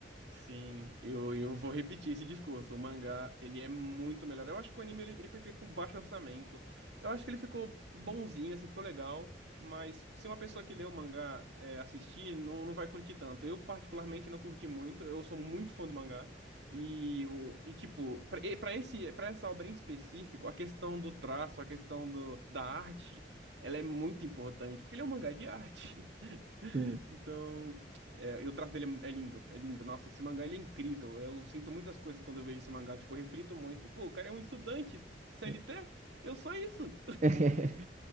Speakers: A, on the right (about 80°); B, on the right (about 45°).
A: Sim, eu, eu vou repetir esse discurso. O mangá, ele é muito melhor. Eu acho que o anime, ele, ele foi feito com baixo orçamento. Eu acho que ele ficou bonzinho, assim, ficou legal. Mas se uma pessoa que lê o mangá é, assistir, não, não vai curtir tanto. Eu, particularmente, não curti muito. Eu sou muito fã do mangá. E, o, e tipo, pra, e pra esse, pra essa obra em específico, a questão do traço, a questão do, da arte, ela é muito importante. Porque ele é um mangá de arte.
B: Sim.
A: Então, é, e o traço dele é lindo, é lindo. Nossa, esse mangá ele é incrível. Eu sinto muitas coisas quando eu vejo esse mangá, tipo, eu reflito muito. Pô, o cara é um estudante C
B: é.
A: L T Eu sou isso.
B: <laughs>